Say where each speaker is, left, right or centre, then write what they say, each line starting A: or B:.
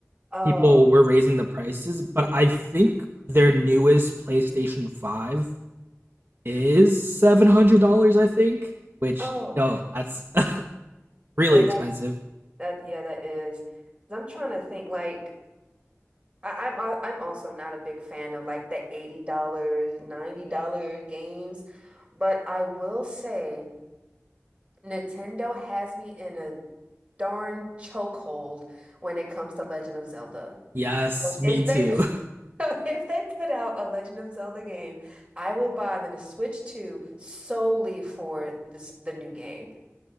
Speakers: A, on the right (about 25°); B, on the right (about 50°).
A: Oh,
B: people were raising the prices, but I think their newest PlayStation 5 is $700, I think, which
A: oh,
B: no,
A: okay.
B: that's <laughs> really
A: I mean,
B: expensive.
A: that's that, yeah, that is. 'Cause I'm trying to think like. I, I'm al- I'm also not a big fan of like the $80, dollars $90 games, but I will say Nintendo has me in a darn chokehold when it comes to Legend of Zelda.
B: Yes,
A: So
B: me
A: If
B: too.
A: they <laughs> so if they put out a Legend of Zelda game, I will buy the Switch 2 solely for this the new game.